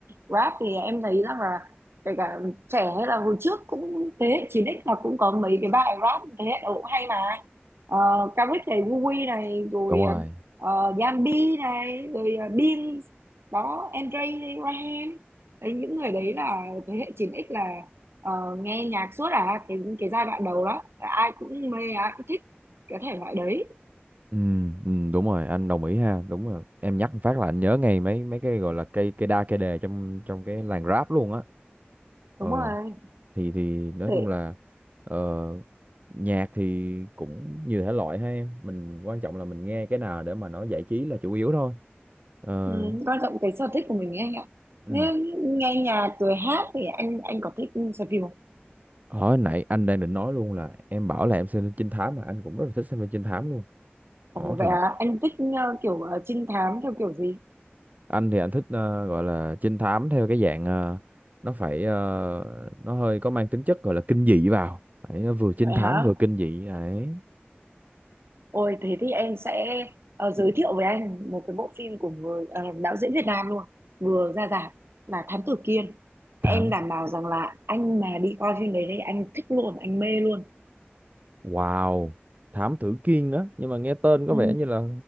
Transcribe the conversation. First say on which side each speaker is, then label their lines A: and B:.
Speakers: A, on the right; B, on the right.
A: rap thì em thấy rằng là kể cả trẻ hay là hồi trước cũng thế hệ 9x là cũng có mấy cái bài rap thế hệ đầu cũng hay mà uh, Caric này Vui này rồi
B: đúng rồi
A: ờ, Yambi này rồi uh, Beans đó Andre Ryan đấy những người đấy là thế hệ 9x là ờ, nghe nhạc suốt à cái cái giai đoạn đầu đó là ai cũng mê ai cũng thích cái thể loại đấy
B: ừ, ừ, đúng rồi anh đồng ý ha đúng rồi em nhắc một phát là anh nhớ ngay mấy mấy cái gọi là cây cây đa cây đề trong trong cái làng rap luôn á ờ
A: đúng rồi
B: thì thì nói
A: thế
B: chung là ờ, nhạc thì cũng nhiều thể loại hay mình quan trọng là mình nghe cái nào để mà nó giải trí là chủ yếu thôi ờ
A: Ừ, quan trọng cái sở thích của mình ấy anh ạ
B: ừ.
A: Nếu nghe nhạc rồi hát thì anh anh có thích xem phim không?
B: hồi nãy anh đang định nói luôn là em bảo là em xem trinh thám mà anh cũng rất là thích xem phim trinh thám luôn
A: Ồ
B: đó
A: vậy
B: thì
A: à, anh thích ờ, kiểu ờ, trinh thám theo kiểu gì?
B: anh thì anh thích ờ, gọi là trinh thám theo cái dạng ờ, nó phải ờ, nó hơi có mang tính chất gọi là kinh dị vào Đấy, nó vừa trinh
A: Vậy
B: thám
A: hả?
B: vừa kinh dị đấy
A: Ôi thế thì em sẽ ờ, giới thiệu với anh một cái bộ phim của người ờ, đạo diễn Việt Nam luôn vừa ra rạp là Thám Tử Kiên em
B: Thám
A: đảm bảo rằng là anh mà đi coi phim đấy thì anh thích luôn anh mê luôn
B: Wow, thám tử Kiên á, nhưng mà nghe tên
A: ừ,
B: có vẻ như là